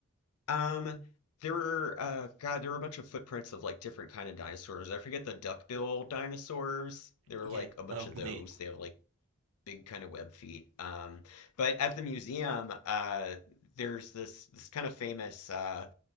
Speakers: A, on the left; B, on the right.
A: Um, there were, uh, God, there were a bunch of footprints of like different kind of dinosaurs. I forget the duckbill dinosaurs. There were
B: Yeah.
A: like a bunch
B: Oh,
A: of
B: neat.
A: those. They were like big kind of web feet. Um, but at the museum, uh, there's this this kind of famous uh,